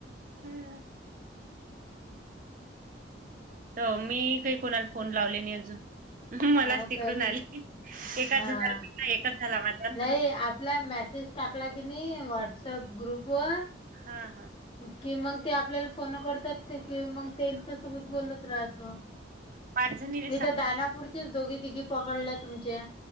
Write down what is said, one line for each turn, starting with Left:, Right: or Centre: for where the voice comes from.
Right: हम्म तर मी काही कोणाला फोन लावले नाही अजून. ह
Left: हा
Right: मलाच तिकडून
Left: कारण
Right: आली एकाच
Left: हा.
Right: झाला भेटा एकच झाला आवाजारून
Left: नाही आपला मेसेज टाकला की नाही व्हॉट्सअप ग्रुप वर
Right: हा हा
Left: कि मग ते आपल्याला फोन करतात कि मग तेच्या सोबत बोलत राहते
Right: पाच जणीले
Left: मी
Right: सहा
Left: तर दारा पुुढचेच दोघी तिघी पकडल्या तुमच्या